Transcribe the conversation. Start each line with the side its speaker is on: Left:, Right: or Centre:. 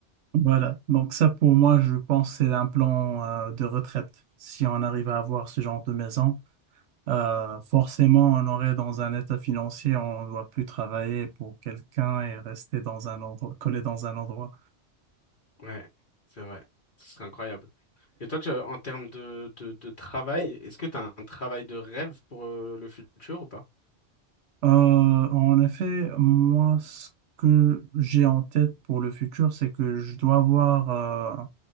Right: Voilà. Donc ça, pour moi, je pense c'est un plan euh, de retraite. Si on arrive à avoir ce genre de maison, euh, forcément, on aurait dans un état financier, on ne doit plus travailler pour quelqu'un et rester dans un endroit, collé dans un endroit.
Left: Ouais, c'est vrai. Ce serait incroyable. Et toi, tu, en termes de, de, de travail, est-ce que tu as un travail de rêve pour euh, le futur ou pas?
Right: Euh, en effet, moi, ce que j'ai en tête pour le futur, c'est que je dois avoir, euh,